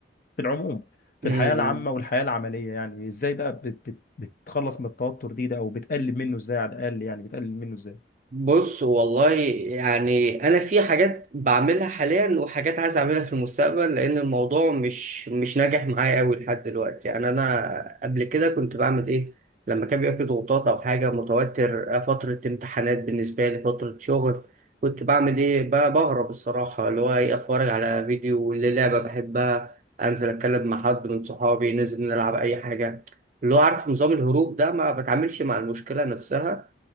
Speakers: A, on the left; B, on the right.
A: في العموم في
B: امم
A: الحياة العامة والحياة العملية يعني ازاي بقى بت بت بتخلص من التوتر دي ده او بتقلل منه ازاي على الاقل يعني بتقلل منه ازاي
B: بص والله يعني انا في حاجات بعملها حاليا وحاجات عايز اعملها في المستقبل لان الموضوع مش مش ناجح معايا قوي لحد دلوقتي يعني انا قبل كده كنت بعمل ايه لما كان بيبقى في ضغوطات او حاجه متوتر فتره امتحانات بالنسبه لي فتره شغل كنت بعمل ايه ب- بهرب الصراحه اللي هو ايه اتفرج على فيديو للعبه بحبها انزل اتكلم مع حد من صحابي ننزل نلعب اي حاجه اللي هو عارف نظام الهروب ده ما بتعاملش مع المشكله نفسها